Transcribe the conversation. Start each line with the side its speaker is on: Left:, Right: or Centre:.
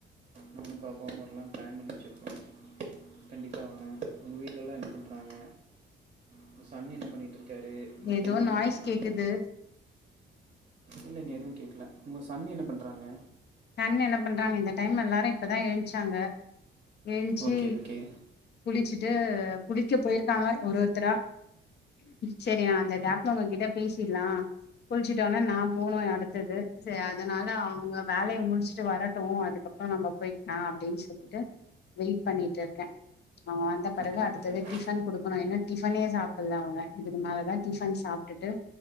Right: நானு பாப்பாவு வர்லானு ப்ளான் பண்ணி வச்சிருக்கே கண்டிப்பா வரே உங்க வீட்லல்லா என்ன பண்றாங்க உங்க சன் என்ன பண்ணிட்ருக்காரு உங்க
Left: ஏதோ
Right: பொண்ணு
Left: நாய்ஸ்
Right: என்ன பண்றாங்க
Left: கேக்குது
Right: இல்லைங்க எதுவு கேக்கல உங்க சன் என்ன பண்றாங்க
Left: சன் என்ன பண்றாங்க இந்த டைம்ல எல்லாரு இப்பதா எழ்ச்சாங்க எழுந்ச்சு
Right: ஓகே ஓகே
Left: குளிச்சிட்டு குளிக்க போயிருக்காங்க ஒரு ஒருத்தரா செரி நா அந்த கேப்ல உங்க கிட்ட பேசில்லா குளிச்சிட்டவொன்னே நா போனு அடுத்தது செரி அதனால அவுங்க வேலய முடிச்சுட்டு வரட்டு அதுக்கப்றோ நம்ம போய்க்கலா அப்டின்னு சொல்லிட்டு வெயிட் பண்ணிட்டுருக்க அவுங்க வந்த பிறகு
Right: ஓகே
Left: அடுத்தது
Right: ஓகேங்க
Left: டிஃபன் குடுக்கனு இன்னோ டிஃபனே சாப்பல்ல அவுங்க இதுக்கு மேலதா டிஃபன் சாப் ப்டுட்டு